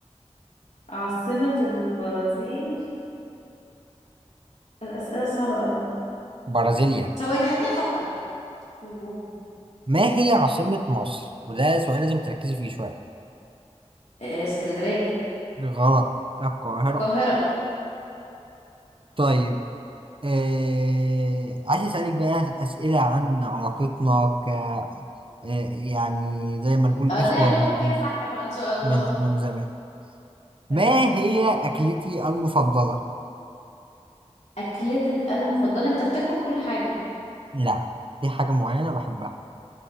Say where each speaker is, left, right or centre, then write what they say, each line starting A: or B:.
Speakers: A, on the left; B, on the right.
A: عاصمة البرازيل الأسئلة صعبة أوي
B: برازيليا
A: ثواني خليني أفكر يوه.
B: ما هي عاصمة مصر؟ وده سؤال لازم تركزي فيه شوية
A: آه، اسكندرية
B: غلط القاهرة
A: القاهرة
B: طيب آه... عايز أسألك بقى أسئلة عن علاقتنا ك آه... يعني زي ما نقول
A: اه
B: إخوة
A: دي هجاوب
B: من
A: فيها
B: من
A: صح بقى إن شاء الله
B: من من زمان
A: <laughs>
B: ما
A: تمام قولي
B: هي أكلتي المفضلة؟
A: أكلتك المفضلة أنت بتاكل كل حاجة
B: لا دي حاجة معينة بحبها